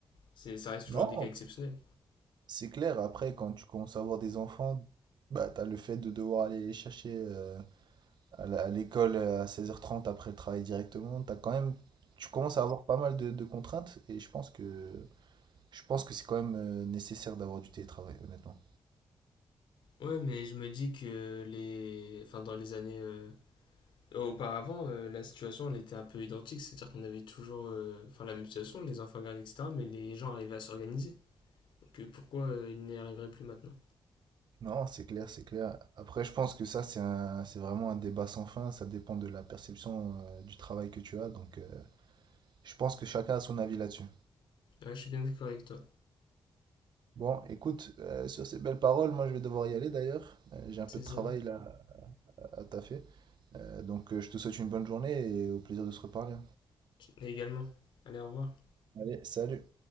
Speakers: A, on the left (about 80°); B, on the right (about 65°).
A: C'est, ça reste toujours
B: Non,
A: des cas exceptionnels.
B: c'est clair. Après, quand tu commences à avoir des enfants, bah, t'as le fait de devoir aller les chercher euh, à la- à l'école à 16h30 après le travail directement. T'as quand même, tu commences à avoir pas mal de, de contraintes et je pense que, je pense que c'est quand même euh, nécessaire d'avoir du télétravail, honnêtement.
A: Ouais, mais je me dis que les, enfin, dans les années euh, auparavant, euh, la situation elle était un peu identique. C'est-à-dire qu'on avait toujours euh, enfin, la même situation, les enfants gardes, etc. Mais les gens arrivaient à s'organiser. que pourquoi euh, il n'y arriverait plus maintenant.
B: Non, c'est clair, c'est clair. Après, je pense que ça, c'est un- c'est vraiment un débat sans fin. Ça dépend de la perception euh, du travail que tu as. Donc, euh, je pense que chacun a son avis là-dessus.
A: Ouais, je suis bien d'accord avec toi.
B: Bon, écoute, euh, sur ces belles paroles, moi, je vais devoir y aller d'ailleurs. Euh, j'ai un
A: C'est
B: peu de
A: ça.
B: travail là à à taffer. Euh, donc, euh, je te souhaite une bonne journée et au plaisir de se reparler.
A: Et également. Allez, au revoir.
B: Allez, salut.